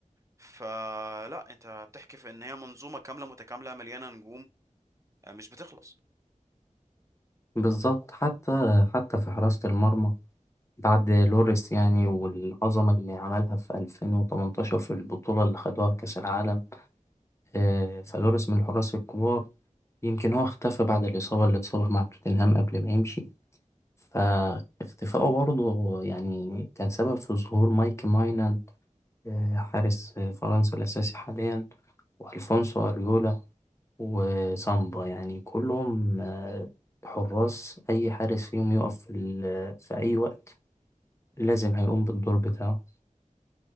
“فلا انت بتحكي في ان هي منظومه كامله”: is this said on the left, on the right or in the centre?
Right